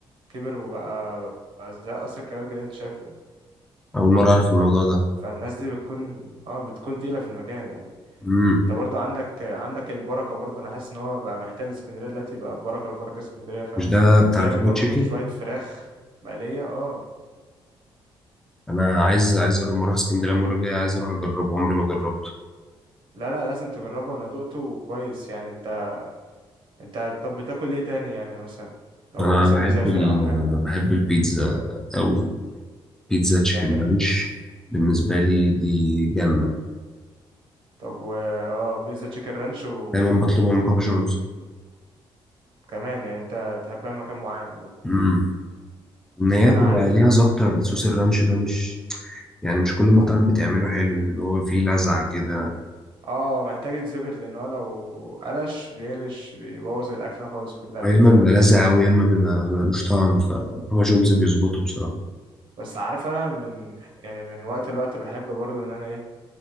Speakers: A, on the right; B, in the centre.
A: كبر وبقى بقى زي قصر الكبابجي اللي انت شايفه ده
B: أول مرة أعرف الموضوع ده
A: فالناس دي بتكون اه بتكون تقيلة في المكان يعني
B: مم.
A: انت برضه عندك عندك البركه برضه انا حاسس ان هو بقى محتل اسكندريه دلوقتي بقى بركه البركه اسكندريه فاهم
B: مش ده بتاع
A: بيعمل
B: الفرايد
A: برضه
B: تشيكن
A: شويه فراخ مقليه اه
B: أنا عايز عايز لما أروح اسكندرية المرة الجاية عايز أروح أجربه عمري ما جربته
A: لا لا لازم تجربه انا دقته كويس يعني انت انت طب بتاكل ايه تاني يعني مثلا لو
B: أنا
A: هو مثلا
B: بحب
A: مسافر
B: ال
A: او حاجه
B: بحب البيتزا أوي بيتزا تشيكن
A: يعني
B: مالوش بالنسبة لي دي جنة
A: طب و اه بيتزا تشيكن رانش و...
B: دايما بطلبها من بابا جونز
A: وكمان يعني انت تحبها في مكان معين برضه
B: امم ان هي
A: انا
B: بيبقى
A: عندي
B: ليها ظابطه الصوص الرانش ده مش يعني مش كل مطعم بتعمله حلو بيبقى هو فيه لذعه كده
A: اه محتاج يتظبط لان هو لو قلش بيقلش بيبوظ الاكله خالص كلها
B: يا
A: انت
B: اما
A: فاهم
B: بيبقى لذع قوي يا اما بيبقى ملوش طعم فبابا جونز بيظبطه بصراحه
A: بس عارف انا من يعني من وقت لوقت بحب برضو ان انا ايه